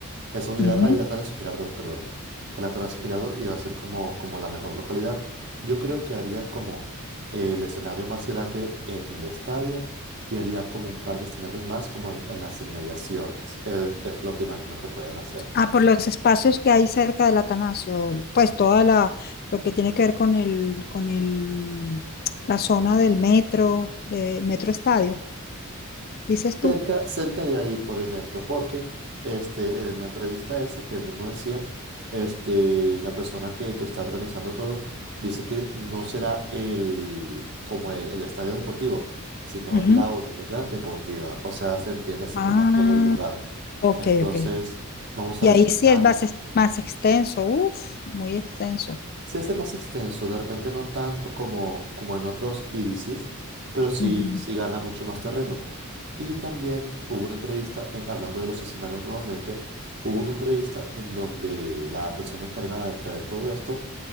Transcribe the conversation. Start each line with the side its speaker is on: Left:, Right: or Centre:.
Right: Esa unidad,
Left: Ujú.
Right: ah, el Atanasio Girardot, perdóname. El Atanasio Girardot iba a ser como, como la mejor localidad. Yo creo que harían como el escenario más grande en el estadio y harían como un par de escenarios más como en, en las inmediaciones. Es, es lo que imagino que pueden hacer.
Left: Ah, por los espacios que hay cerca del Atanasio, pues toda la, lo que tiene que ver con el, con el, la zona del metro, de Metro Estadio, dices tú.
Right: Cerca, cerca de ahí, por ejemplo, porque este, en la entrevista esa que él mismo decía, este, la persona que, que está organizando todo dice que no será el, como el, el estadio deportivo, sino
Left: Ujú.
Right: la unidad deportiva, o sea, se entiéndase
Left: Ah,
Right: como todo el lugar.
Left: ok,
Right: Entonces,
Left: ok.
Right: vamos
Left: Y
Right: a ver
Left: ahí
Right: qué
Left: sí
Right: tal.
Left: es más, ex- más extenso, uff, muy extenso.
Right: se hace más extenso, de repente no tanto como, como en otros EDCs, pero sí,
Left: Ujú.
Right: sí gana mucho más terreno. Y también hubo una entrevista, en- hablando de los escenarios nuevamente, hubo una entrevista en donde la persona encargada de traer todo esto